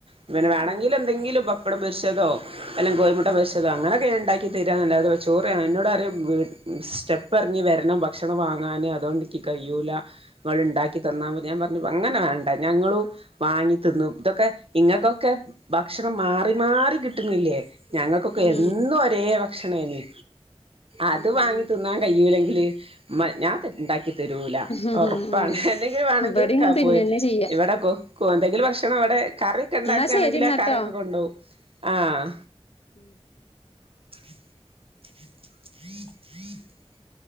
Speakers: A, on the right; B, on the left.
A: പിന്നെ വേണമെങ്കില്
B: ഉം
A: എന്തെങ്കിലും പപ്പടം പൊരിച്ചതോ അല്ലെങ്കിൽ കോഴിമുട്ട പൊരിച്ചതോ അങ്ങനൊക്കെ ഉണ്ട ക്കി തരാ എന്നല്ലാതെ ഒരു ചോറ് എന്നോട് പറിയും വീട് സ്റ്റെപ്പ് എറങ്ങി വരണം ഭക്ഷണം വാങ്ങാന് അതു കൊണ്ട് ക്കി കഴിയൂല
B: ഉം
A: ഇങ്ങൾ ഇണ്ടാക്കി തന്നാ മതി ഞാൻ പറഞ്ഞു അങ്ങനെ വേണ്ട ഞങ്ങളും വാങ്ങി തിന്നും ഇതൊക്കെ ഇങ്ങൾക്ക് ഒക്കെ ഭക്ഷണം മാറി മാറി കിട്ടുന്നില്ലേ ഞങ്ങൾക്ക് ഒക്കെ
B: ഉം
A: എന്നും ഒരേ ഭക്ഷണേനി അത്
B: ഉം
A: വാങ്ങി
B: ഉം
A: തിന്നാൻ കഴിയൂലെങ്കില് മ ഞാൻ തെ ഇണ്ടാക് ക്കി തരൂല
B: ഉം
A: ഒറപ്പാണ്
B: ഉം
A: എന്തെങ്കിലും വേണെങ്കില്
B: ഇബടിം
A: <unintelligible>
B: തിന്നെന്നെ ചെയ്യാ
A: ഇവിടെ കോ ക്കോ എന്തെങ്കിലും ഭക്ഷണം അവിടെ കറി ഒക്കെ ഉണ്ടാക്കാണെങ്കില്
B: ഇന്നാ ശരിന്നാട്ടോ
A: കറി ഒക്കെ കൊണ്ടു പോകും ആഹ്
B: ഉം
A: <inaudible>